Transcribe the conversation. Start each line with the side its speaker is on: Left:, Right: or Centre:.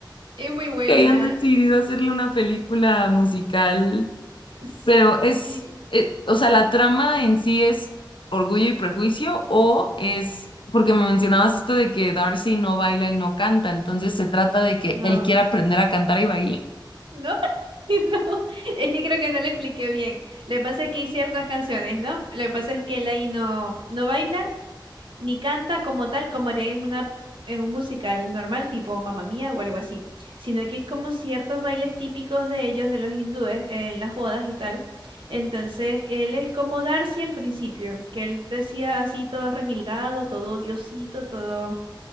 Right: es
Left: <laughs>
Right: muy buena.
Left: que hayan decidido hacerle una película musical,
Right: es-
Left: pero es,
Right: Y
Left: eh, o sea, la trama en sí es Orgullo y Prejuicio o es, porque me mencionabas esto de que Darcy no baila y no canta, entonces se trata de que
Right: no,
Left: él quiera aprender a cantar y bailar.
Right: no, <laughs> no, es que creo que no le expliqué bien. Le pasa es que hay ciertas canciones, ¿no? Le pasa es que Eli no, no baila ni canta como tal como harían en una en un musical normal tipo Mamma Mía o algo así, sino que es como ciertos bailes típicos de ellos, de los hindúes, en las bodas y tal. Entonces, él es como Darcy al principio, que él decía así todo remilgado, todo diosito, todo